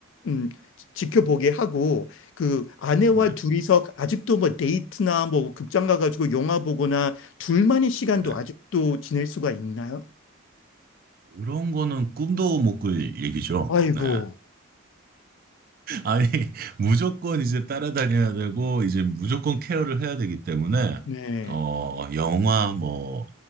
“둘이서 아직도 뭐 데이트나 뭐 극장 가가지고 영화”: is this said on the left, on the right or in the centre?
Left